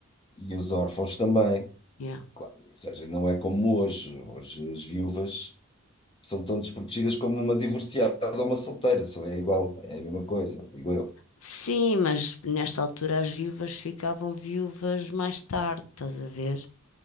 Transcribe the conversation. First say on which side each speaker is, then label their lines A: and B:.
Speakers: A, on the left; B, on the left.
A: e os órfãos também,
B: Yeah.
A: claro, ou seja, não é como hoje. Hoje as viúvas são tão desprotegidas como uma divorciada ou uma solteira, só é igual, é a mesma coisa, digo eu.
B: Sim, mas nesta altura as viúvas ficavam viúvas mais tarde, estás a ver?